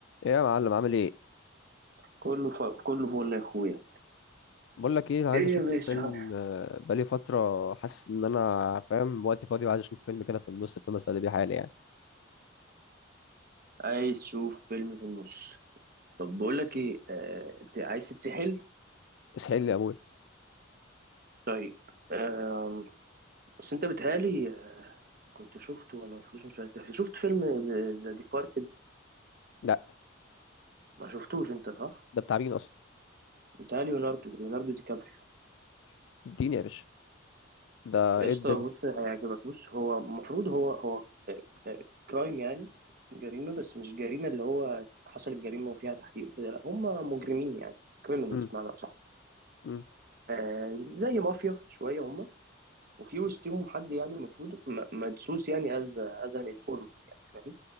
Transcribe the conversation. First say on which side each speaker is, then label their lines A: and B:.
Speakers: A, on the left (about 60°); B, on the right (about 50°).
A: ايه يا معلم عامل ايه
B: كله ف... كله فل يا اخويا
A: بقول لك ايه عايز
B: ايه
A: اشوف
B: يا باشا
A: فيلم آه، بقالي فتره حاسس ان انا فاهم وقتي فاضي وعايز اشوف فيلم كده في النص فيلم اسلي بيه حالي يعني
B: عايز تشوف فيلم في النص طب بقول لك ايه آه... ت- عايز تتسحل
A: اسحل لي يا ابويا
B: طيب آم... بس انت بتهيألي آه، كنت شفته ولا ما شفتوش مش فاكر شفت فيلم ذا ديبارتد
A: لا
B: ما شفتوش انت صح
A: ده بتاع مين اصلا
B: بتهيألي ليوناردو ليوناردو دي كابريو
A: اديني يا باشا ده ايه
B: يا اسطى
A: الدنيا
B: بص هيعجبك بص هو المفروض هو هو كرايم يعني جريمة بس مش جريمة اللي هو حصلت جريمة وفيها تحقيق وكده لا هم مجرمين يعني كريمنالز
A: امم
B: بمعنى أصح
A: امم
B: آه، زي مافيا شويه هم وفي وسطهم حد يعني المفروض م- مدسوس يعني از از ان انفورمنت يعني فاهم